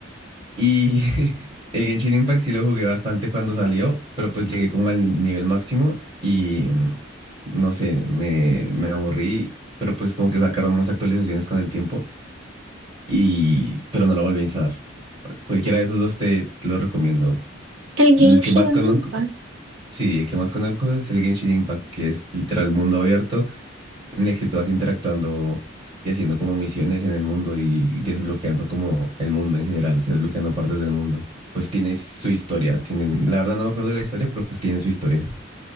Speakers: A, on the right; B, on the right.
A: Y <laughs> el Genshin Impact sí lo jugué bastante cuando salió, pero pues llegué como al nivel máximo y mm, no sé, me, me aburrí, pero pues como que sacaron más actualizaciones con el tiempo y pero no lo volví a instalar. Cualquiera de esos dos te, te lo recomiendo.
B: El
A: El
B: Genshin
A: que más conozco,
B: Impact.
A: sí, el que más conozco es el Genshin Impact, que es literal mundo abierto en el que tú vas interactuando y haciendo como misiones en el mundo y desbloqueando como el mundo en general, o sea, desbloqueando partes del mundo. Pues tiene su historia, tienen, la verdad no me acuerdo de la historia, pero pues tiene su historia.